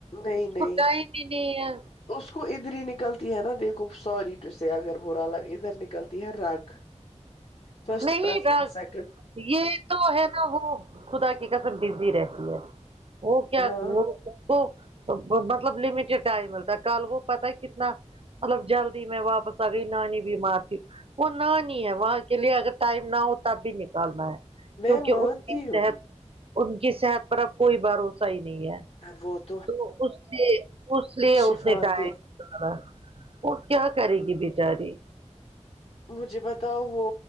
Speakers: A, on the left; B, on the right.
A: نہیں
B: اس
A: نہیں
B: کو ٹائم ہی نہیں ہے
A: اس کو ادھر ہی نکلتی ہے نا دیکھو سوری ٹو س اگر بورا لگ ادھر نکلتی ہے رگ فرسٹ
B: نہیں
A: پرفرنس
B: ڈاک
A: سیکڈ
B: یہ تو ہے نا وہ خدا کی کسم بزی رہتی ہے وہ کیا
A: ہاں
B: وہ کو مطلب لمیٹیڈ ٹائم ملتا ہے کل وہ پت ہے کتنا مطلب جلدی میں واپس آ گئی نانی بیمار تھی وہ نانی وہاں کے لیے اگر ٹائم نہ ہو تب بھی نکالنا ہے
A: میں
B: کیونکہ
A: مانتی
B: اس
A: ہوں
B: تحت ان کی صحت پر اب کوئی بھروسہ ہی نہیں ہے
A: ابت
B: تو اس لیے اس لیے
A: شفا
B: اس نے کہ
A: دے
B: ہے وہ کیا کرے گی بچاری
A: مجھے بتاؤ وہ